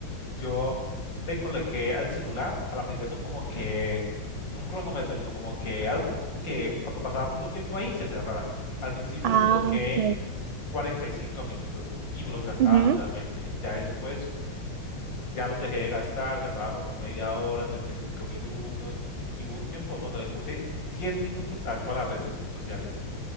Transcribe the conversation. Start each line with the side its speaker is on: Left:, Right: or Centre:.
Left: yo le coloqué al celular, a la aplicación como que, no un cronómetro, sino como que algo que cuando pasaba mucho tiempo ahí se cerrara. Al principio
Right: Ah,
Left: le coloqué
Right: ok.
Left: 45 minutos y me los gastaba
Right: Ujú.
Left: literalmente. Ya después Ya los dejé de gastar, gastaba como media hora, 35 minutos. Y hubo un tiempo donde le puse 10 minutos a todas las redes sociales.